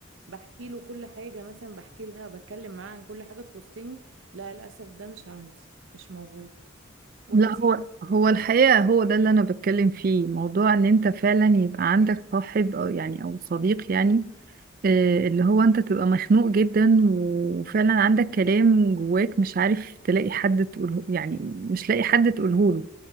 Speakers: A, on the right; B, on the right.
A: بحكي له كل حاجه مثلا بحكي لها بتكلم معاها عن كل حاجه تخصني لا للاسف ده مش عندي مش موجود وانتي
B: لا هو هو الحقيقه هو ده اللي انا بتكلم فيه موضوع ان انت فعلا يبقى عندك صاحب او يعني او صديق يعني آه، اللي هو انت تبقى مخنوق جدا وفعلا عندك كلام جواك مش عارف تلاقي حد تقوله يعني مش لاقي حد تقوله له